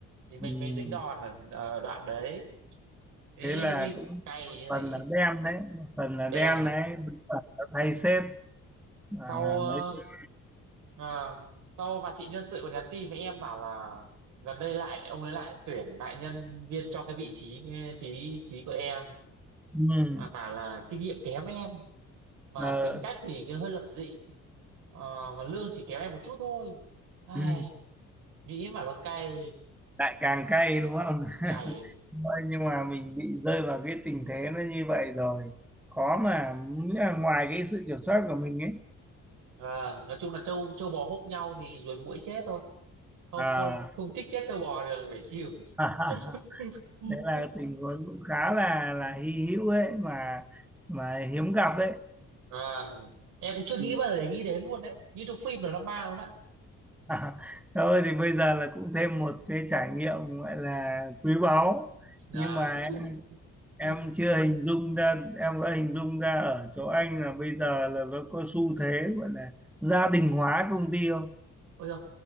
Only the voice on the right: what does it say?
thì mình
mới dính đòn ở, ở đoạn đấy thế
nó mới
cay
lại
đen
sau ờ,
à, sau bà chị nhân sự còn nhắn tin với em bảo là gần đây lại ông ấy lại tuyển lại nhân viên cho cái vị trí cái trí trí của em
à, bảo là kinh nghiệm kém em mà
tính cách thì cứ hơi lập dị Ờ, mà lương chỉ kém em một chút thôi ai
nghĩ mà nó cay
cày
Vâng, nói chung là trâu trâu bò húc nhau thì ruồi muỗi chết thôi không
không không chích chết trâu bò được phải chịu
<laughs>
Vâng. em cũng chưa nghĩ
bao giờ để nghĩ đến luôn đấy như trong phim drama luôn á
Vâng.
<laughs>
Ừ.
Ôi dồi,